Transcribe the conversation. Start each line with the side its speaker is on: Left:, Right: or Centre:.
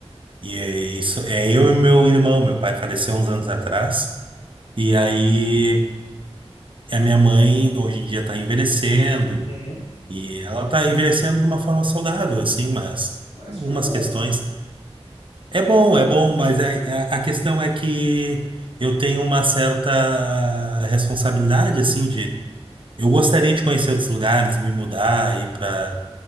Right: E é isso, é eu e meu irmão, meu pai faleceu uns anos atrás, e aí a minha mãe hoje em dia está envelhecendo,
Left: Uhum.
Right: e ela está envelhecendo de uma forma saudável, assim, mas
Left: Mas
Right: algumas
Left: isso já é bom.
Right: questões. É bom, é bom, mas a, a a questão é que eu tenho uma certa responsabilidade, assim, de eu gostaria de conhecer outros lugares, me mudar, ir para